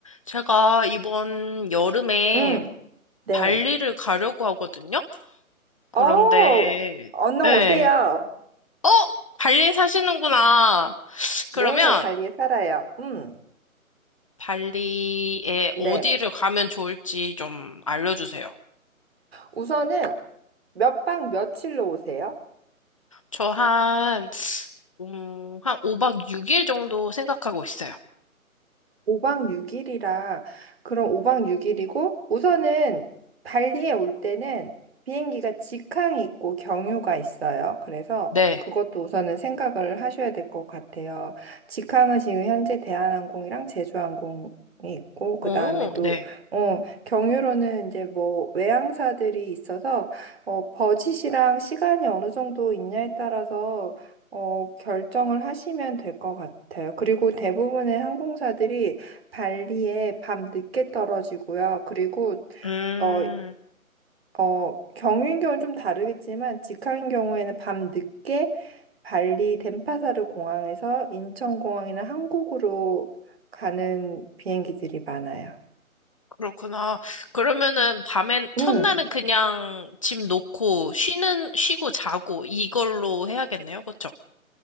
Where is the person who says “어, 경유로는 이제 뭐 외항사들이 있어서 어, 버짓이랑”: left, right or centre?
Right